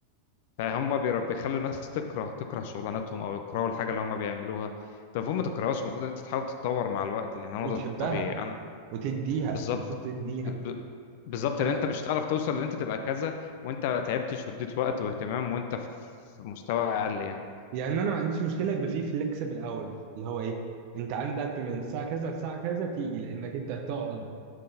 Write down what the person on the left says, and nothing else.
فهم بير- بيخلوا الناس تكره تكره شغلانتهم او يكرهوا الحاجة اللي هم بيعملوها طب المفروض ما تكرهوش المفروض ان انت تحاول تتطور مع الوقت لان هو
ده الطبيعي انا
بالظبط
ب- ب- بالظبط
لان انت مش هتعرف توصل لان انت تبقى كذا وانت ما تعبتش واديت وقت واهتمام وانت في في مستوى اقل يعني